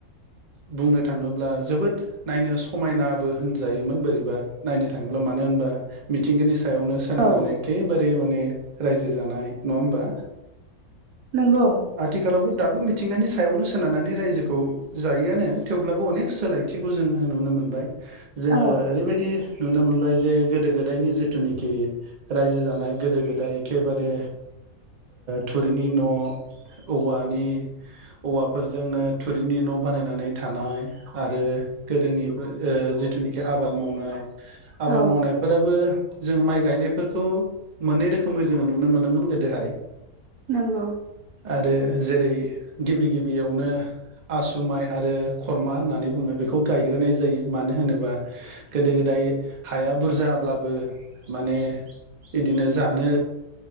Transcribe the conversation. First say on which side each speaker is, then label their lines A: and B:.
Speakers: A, on the right (about 40°); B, on the right (about 75°).
A: बुंनो थांङोब्ला जोबोद नायनो समायना बो होनजायोमोन बोरैबा नायनो थांङोब्ला मानो होनोब्ला मिथिंगानि सायावनो सोनारनानै
B: औ
A: एखेबारे माने रायजो जानाय नंङा होमबा?
B: नंगौ
A: आथिखालावबो दाबो मिथिंगानि सायावनो सोनारनानै रायजोखौ जायोआनो थेव अब्लाबो अनेक सोलायथिखौ जोंङो नुनो मोनबाय जोंङो
B: औ
A: ओरैबायदि नुनो मोनबाय जे गोदो गोदायनि जिथुनिखि रायजो जानाय गोदो गोदाय एखेबारे थुरिनि न' औवानि औवाफोरजोंनो थुरिनि न' बानायनानै थानाय आरो गोदोनि जिथुनिखि आबाद मावनाय आबाद
B: औ
A: मावनायफोराबो जों माइ गायनायफोरखौ मोननै रोखोमै जोंङो नुनो मोनोमोन गोदोहाय
B: नंगौ।
A: आरो जेरै गिबि गिबियावनो आसु माइ आरो खरमा होननानै बुङो बेखौ गायग्रोनाय जायो मानो होनोबा गोदो गोदाय हाया बुरजाब्लाबो माने बिदिनो जानो